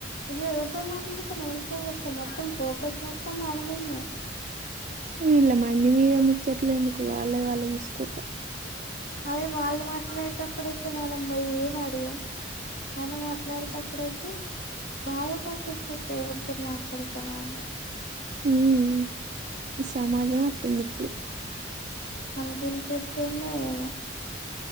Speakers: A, on the left; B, on the right.
A: అయ్యో ఎవరితో మాట్లాడుతున్నవ్ ఎవరితో మొత్తం ఫోకస్ మొత్తం మనమిద్నే
B: వీళ్ళ మంది మీద ముచ్చట్ల ఎందుకు వాళ్ళది వాళ్ళు చూసుకోక
A: అదే వాళ్ళు మాట్లాడేటప్పుడుయితే మనం పోయి ఏం అడుగం మనం మాట్లాడేటప్పుడుయితే బాగా ఫోకస్ చేత్తాయి ఎవరితో మాట్లాడుతున్నావ్ అని
B: మ్మ్ మ్మ్ ఈ సమాజం అట్లుంది ఇప్పుడు
A: అంత ఇంట్రెస్ట్ ఏందో ఏమో